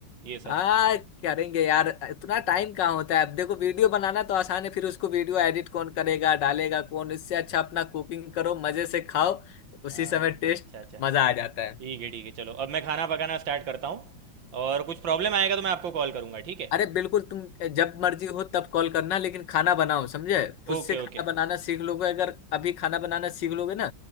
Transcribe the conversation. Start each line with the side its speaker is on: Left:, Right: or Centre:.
Right: ये
Left: हाँ
Right: सब
Left: करेंगे यार इतना
Right: हम्म।
Left: टाइम कहाँ होता है अब देखो वीडियो बनाना तो आसान है फिर उसको वीडियो एडिट कौन करेगा डालेगा कौन इससे अच्छा अपना कुकिंग करो मजे से खाओ उसी
Right: हाँ
Left: समय टेस्ट
Right: अच्छा अच्छा
Left: मजा आ जाता है
Right: ठीक है ठीक है चलो अब मैं खाना पकाना स्टार्ट करता हूँ और कुछ प्रॉब्लम आएगा तो मैं आपको कॉल करूँगा ठीक है
Left: अरे बिल्कुल तुम जब मर्जी हो तब कॉल करना लेकिन खाना बनाओ समझे खुद
Right: Okay
Left: से खाना
Right: okay
Left: बनाना सीख लोगे अगर अभी खाना बनाना सीख लोगे ना